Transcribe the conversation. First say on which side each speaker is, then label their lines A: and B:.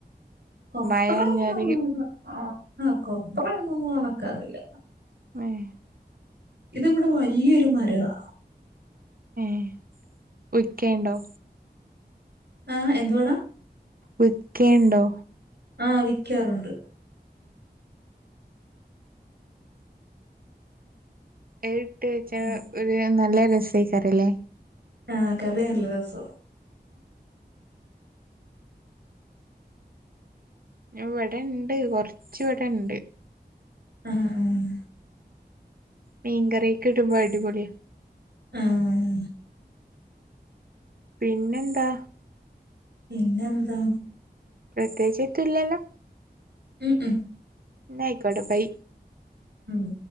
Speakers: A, on the right (about 75°); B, on the right (about 60°).
A: കൊപ്രം
B: മഴഞ്ഞാല്
A: <unintelligible> ആഹ് ഹ കൊപ്ര എന്നൊന്നും ഉണക്കറില്ല
B: അഹേ
A: ഇത് ഇവടെ വല്ല്യൊരു മരവാ
B: ഏഹ് ഒക്കേണ്ടോ
A: ആഹ് എന്തുവാടാ
B: വിക്കേണ്ടോ
A: ആഹ് വിക്കാറുണ്ട്
B: എയ്ട്ട് വെച്ചാ
A: ഉം.
B: ഒരു നല്ല രസയികാരല്ലേ
A: ആഹ് കറി നല്ല രസോ
B: ഇവിടെ ഇണ്ട് കൊർച് ഇവിടെണ്ട്
A: ആഹ് ആഹ്
B: മീൻകറീക് ഇടുമ്പോ അടിപൊളിയ
A: ആഹ്
B: പിന്നെന്താ
A: പിന്നെന്താ
B: പ്രത്യേച്ച് എത്തു ല്ലല്ലോ
A: ഉം ഉം
B: ന്നാ ആയ്കോട്ടെ ബൈ
A: ഉം